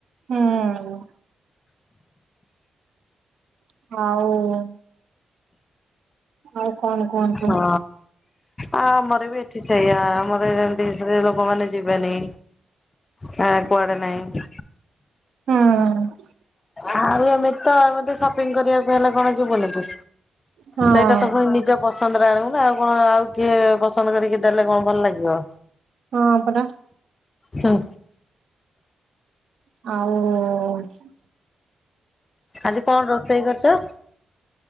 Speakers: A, on the right; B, on the left.
A: ହୁଁଉଁ। ଆଉ ଆଉ କଣ କୁହନ୍
B: ହଁ। ଆ ଆମର ବି ଏଠି ସେଇଆ ଆମର ବି ସେମତି ସ୍ତ୍ରୀଲୋକମାନେ ଯିବେନି। ନା କୁଆଡେ ନାହିଁ।
A: ହଁ।
B: ଆଉ ଏମିତି ତ ଏମିତି ସପିଙ୍ଗ କରିବାକୁ ହେଲେ କଣ ଯିବୁନି କି
A: ହଁ
B: ସେଇଟା ତ ପୁଣି ନି ଜ ପସନ୍ଦରେ ଆଣିବୁ ନା ଆଉ କଣ ଆଉ କିଏ ପସନ୍ଦ କରିକି ଦେଲେ କଣ ଭଲ ଲାଗିବ।
A: ହଁ ପରା।
B: ହୁଁ।
A: ଆଉ
B: ଆଜି କଣ ରୋଷେଇ କରିଚ?